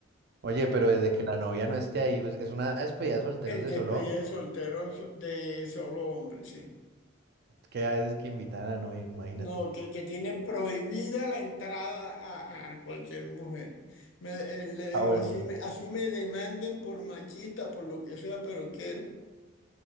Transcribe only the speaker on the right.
Oye,
pero desde que la novia no esté ahí, pues, es una despedida de solteros
de
solo, hombres,
que a veces que invitan a la novia, imagínate.
Ah,
bueno.